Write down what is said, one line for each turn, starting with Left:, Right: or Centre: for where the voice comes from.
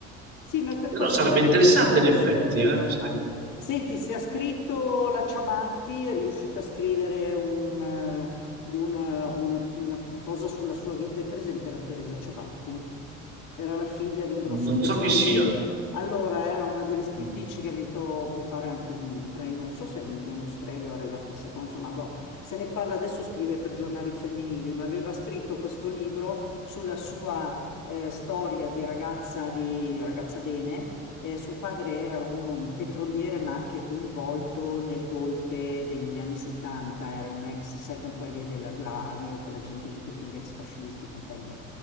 Left: Sì, ma per
Right: Però
Left: questo
Right: sarebbe
Left: dico
Right: interessante
Left: io farei una
Right: in
Left: roba
Right: effetti,
Left: mezza
Right: eh,
Left: romandata.
Right: sai?
Left: Senti, se ha scritto la Ciabatti, è riuscita a scrivere un, eh, una, una- una cosa sulla sua vita. È presente la Teresa Ciabatti? Era la figlia di un grosso
Right: Non
Left: petroliere.
Right: so chi sia.
Left: Allora, era una delle scrittrici
Right: Mm.
Left: che ha vinto, mi pare, anche un premio. Non so se ha vinto uno strega o è arrivata seconda, insomma, boh, se ne parla adesso, scrive per giornali femminili, ma aveva scritto questo libro sulla sua eh, storia di ragazza, di ragazza bene. Eh, suo padre era un, un petroliere, ma anche coinvolto nel golpe degli anni 70, era un ex, sai, con quelli della Gladio, quella gente lì, tutti gli ex fascisti e compagnia.